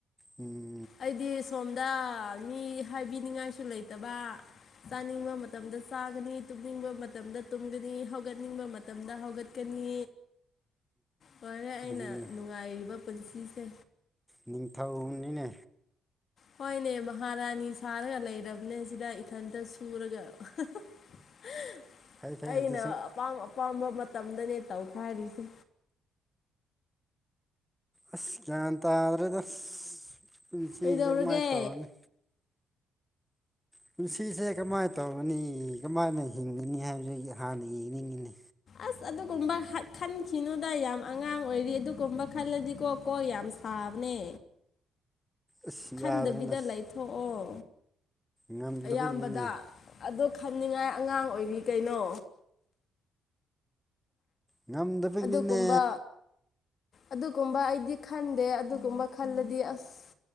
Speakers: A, in the centre; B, on the left (about 55°).
A: ꯎꯝ
B: ꯑꯩꯗꯤ ꯁꯣꯝꯗ ꯃꯤ ꯍꯥꯏꯕꯤꯅꯤꯡꯉꯥꯏꯁꯨ ꯂꯩꯇꯕ ꯆꯥꯅꯤꯡꯕ ꯃꯇꯝꯗ ꯆꯥꯒꯅꯤ ꯇꯨꯝꯅꯤꯡꯕ ꯃꯇꯝꯗ ꯇꯨꯝꯒꯅꯤ ꯍꯧꯒꯠꯅꯤꯡꯕ ꯃꯇꯝꯗ ꯍꯧꯒꯠꯀꯅꯤ ꯂꫭꯏꯔꯦ ꯑꯩꯅ
A: ꯑꯗꯨꯅꯦ
B: ꯅꯨꯡꯉꯥꯏꯔꯤꯕ ꯄꯨꯟꯁꯤꯁꯦ
A: ꯅꯤꯡꯊꯧꯅꯤꯅꯦ
B: ꯍꯣꯏꯅꯦ ꯃꯍꯥꯔꯥꯅꯤ ꯁꯥꯔꯒ ꯂꯩꯔꯕꯅꯦ ꯁꯤꯗ ꯏꯊꯟꯇ ꯁꯨꯔꯒ <unintelligible> <unintelligible>
A: ꯐꯩ ꯐꯩ
B: ꯑꯩꯅ
A: ꯑꯗꯨꯁꯨ
B: ꯑꯄꯥꯝ ꯑꯄꯥꯝꯕ ꯃꯇꯝꯗꯅꯦ ꯇꯧꯈꯥꯏꯔꯤꯁꯦ
A: ꯑꯁ ꯌꯥꯟ ꯇꯥꯗ꯭ꯔꯦꯗ ꯄꯨꯟꯁꯤꯁꯦ
B: ꯀꯩꯗꯧꯔꯒꯦ
A: ꯀꯃꯥꯏ ꯇꯧꯒꯅꯤ ꯄꯨꯟꯁꯤꯁꯦ ꯀꯝꯃꯥꯏ ꯇꯧꯒꯅꯤ ꯀꯝꯃꯥꯏꯅ ꯍꯤꯡꯒꯅꯤ ꯍꯥꯏꯕꯁꯦ ꯍꯥꯟꯅ ꯌꯦꯡꯅꯤꯡꯉꯤꯅꯤ
B: ꯑꯁ ꯑꯗꯨꯒꯨꯝꯕ ꯍꯥꯠ ꯈꯟꯈꯤꯅꯨꯗ ꯌꯥꯝ ꯑꯉꯥꯡ ꯑꯣꯏꯔꯤ ꯑꯗꯨꯒꯨꯝꯕ ꯈꯜꯂꯗꯤꯀꯣ ꯀꯣ ꯌꯥꯝ ꯄꯥꯝꯃꯦ
A: ꯑꯁ
B: ꯈꯟꯗꯕꯤꯗ
A: ꯌꯥꯗ꯭ꯔꯦꯅꯦ ꯑꯁ
B: ꯂꯩꯊꯣꯛꯑꯣ
A: ꯉꯝꯗꯕꯒꯤꯅꯤꯅꯦ
B: ꯑꯌꯥꯝꯕꯗ ꯑꯗꯣ ꯈꯟꯅꯤꯡꯉꯥꯏ ꯑꯉꯥꯡ ꯑꯣꯏꯔꯤ ꯀꯩꯅꯣ
A: ꯉꯝꯗꯕꯩ
B: ꯑꯗꯨꯒꯨꯝꯕ
A: ꯅꯤꯅꯦ
B: ꯑꯗꯨꯒꯨꯝꯕ ꯑꯩꯗꯤ ꯈꯟꯗꯦ ꯑꯗꯨꯒꯨꯝꯕ ꯈꯜꯂꯗꯤ ꯑꯁ